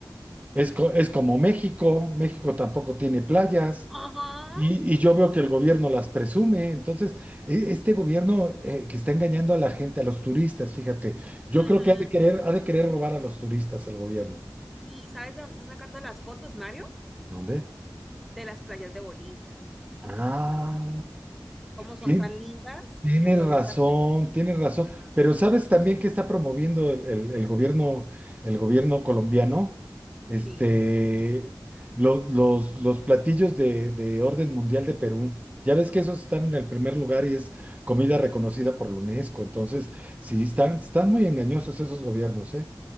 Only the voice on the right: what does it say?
es, co- es como México, México tampoco tiene playas.
Y, y yo veo que el gobierno las presume. Entonces, e- este gobierno eh, que está engañando a la gente, a los turistas,
fíjate, yo
creo que ha de querer, ha de querer robar a los turistas el gobierno.
¿Dónde?
Ah,
sí,
Tienes
razón,
tienes razón.
Pero ¿sabes también qué está promoviendo el, el- el gobierno, el gobierno colombiano? Este,
los, los, los platillos de, de orden mundial de Perú. Ya ves que esos están en el primer lugar y es comida reconocida por la UNESCO. Entonces, sí, están, están muy engañosos esos gobiernos, ¿eh?